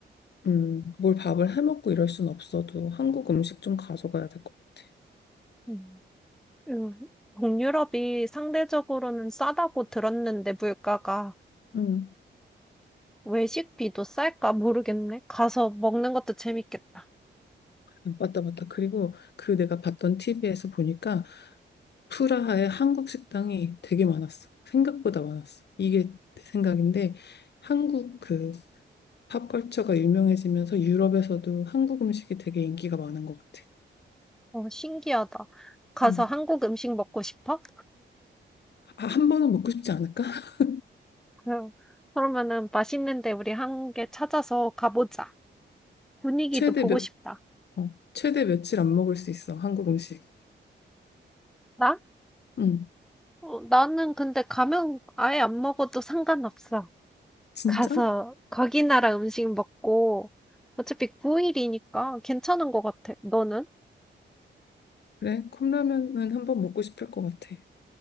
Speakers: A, on the left; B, in the centre.
A: 음, 뭘 밥을 해 먹고 이럴 순 없어도 한국 음식 좀 가져가야 될 것 같아.
B: 음, 음. 동유럽이 상대적으로는 싸다고 들었는데, 물가가.
A: 음.
B: 외식비도 쌀까 모르겠네. 가서 먹는 것도 재밌겠다.
A: 음, 맞다, 맞다. 그리고 그 내가 봤던 TV에서 보니까 프라하에 한국 식당이 되게 많았어. 생각보다 많았어. 이게 내 생각인데 한국 그 팝컬처가 유명해지면서 유럽에서도 한국 음식이 되게 인기가 많은 것 같아.
B: 어, 신기하다. 가서
A: 음.
B: 한국 음식 먹고 싶어?
A: 아, 한 번은 먹고 싶지 않을까? <laughs>
B: 그 그러면은 맛있는데 우리 한 개 찾아서 가보자. 분위기도
A: 최대
B: 보고
A: 몇,
B: 싶다.
A: 어, 최대 며칠 안 먹을 수 있어, 한국 음식.
B: 나?
A: 응.
B: 어, 나는 근데 가면 아예 안 먹어도 상관없어.
A: 진짜?
B: 가서 거기 나라 음식 먹고 어차피 9일이니까 괜찮은 것 같아. 너는?
A: 그래? 컵라면은 한번 먹고 싶을 것 같아.